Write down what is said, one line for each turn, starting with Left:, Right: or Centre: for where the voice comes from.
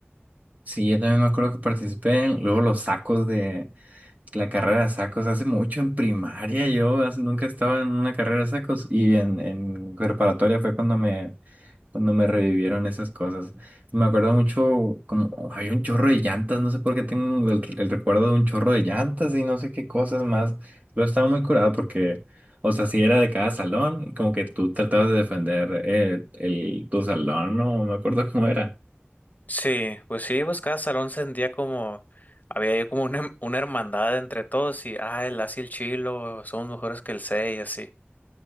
Right: Sí, yo también me acuerdo que participé en luego los sacos de, La carrera de sacos, hace mucho en primaria yo hace- nunca estaba en una carrera de sacos y en, en preparatoria fue cuando me, cuando me revivieron esas cosas. Me acuerdo mucho como oh, había un chorro de llantas, no sé por qué tengo el, el recuerdo de un chorro de llantas y no sé qué cosas más. Pero estaba muy curado porque, o sea, si era de cada salón, y como que tú tratabas de defender eh, el, tu salón, no No me acuerdo cómo era.
Left: Sí, pues sí, pues cada salón sentía como, había ahí como una, <laughs> una hermandad entre todos y, ah, el Asi y el Chilo, somos mejores que el C y así.